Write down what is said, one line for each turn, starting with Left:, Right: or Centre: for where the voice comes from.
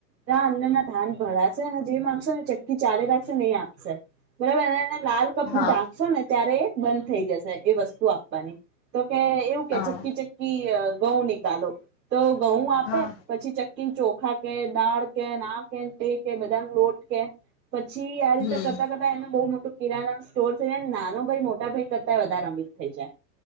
Right: રા અન્ન ના ધાન ભરાશે અને જે માંગશો ને ચક્કી ચાલી રાખશે ને એ આપશે. બરાબર ને. લાલ કપડું
Left: હા
Right: ઢાકશો ને ત્યારે બંધ થઈ જશે એ વસ્તુ આપવાની તો કે એવું
Left: હા
Right: કે ચક્કી ચક્કી અ ગઉં નિકાલો તો ઘઉં આપે
Left: હા
Right: પછી ચ કે ચોખા કે દાળ કે આ કે તે કે બદામ લોટ કે પછી આ રીતે
Left: હમ
Right: કરતા કરતા એને બહુ મોટું કિરાના સ્ટોર થઈ જાય ને નાનો ભાઈ મોટા ભાઈ કરતાય વધારે અમીર થઈ જાય.